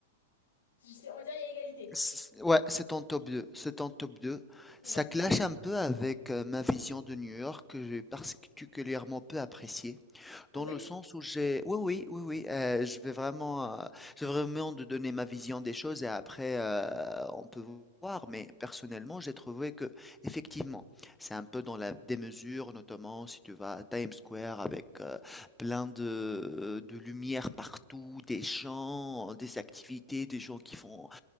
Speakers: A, on the left; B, in the centre.
A: c'est- On va dire il y a égalité.
B: c ouais, c'est en top 2. c'est en top 2.
A: Ouais.
B: Ça clash un peu avec, heu, ma vision de New York que j'ai particulièrement peu appréciée. Dans
A: Ah oui?
B: le sens où j'ai oui, oui, oui, oui, heu, je vais vraiment, heu, je vais vraiment de donner ma vision des choses et après, heu, on peut voir. Mais personnellement, j'ai trouvé que effectivement c'est un peu dans la démesure, notamment si tu vas à Times Square avec, heu, plein de de lumière partout, des chants, des activités, des gens qui font,